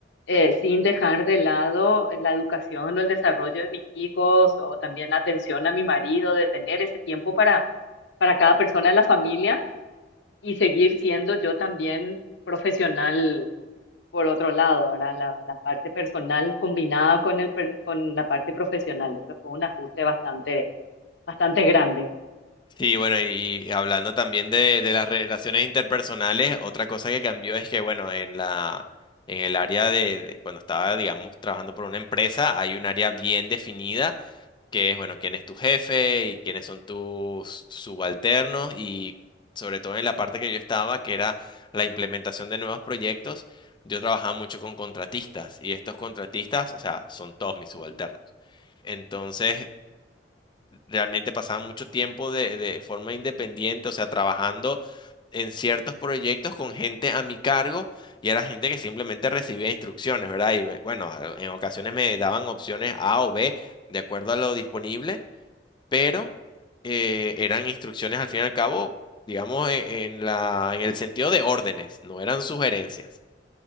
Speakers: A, on the left; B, on the left.
A: eh, sin dejar de lado la educación o el desarrollo de mis hijos o también la atención a mi marido, de tener ese tiempo para, para cada persona de la familia y seguir siendo yo también profesional por otro lado, ¿verdad? La, la parte personal combinada con el, per- con la parte profesional. Eso fue un ajuste bastante, bastante grande.
B: Sí, bueno, y hablando también de, de las relaciones interpersonales, otra cosa que cambió es que, bueno, en la, en el área de, de cuando estaba, digamos, trabajando por una empresa, hay un área bien definida que es, bueno, quién es tu jefe y quiénes son tus subalternos y sobre todo en la parte que yo estaba, que era la implementación de nuevos proyectos, yo trabajaba mucho con contratistas y estos contratistas, o sea, son todos mis subalternos. Entonces, realmente pasaba mucho tiempo de, de forma independiente, o sea, trabajando en ciertos proyectos con gente a mi cargo y era gente que simplemente recibía instrucciones, ¿verdad? Y bueno, en ocasiones me daban opciones A o B de acuerdo a lo disponible pero eh, eran instrucciones al fin y al cabo, digamos, en, en la, en el sentido de órdenes, no eran sugerencias.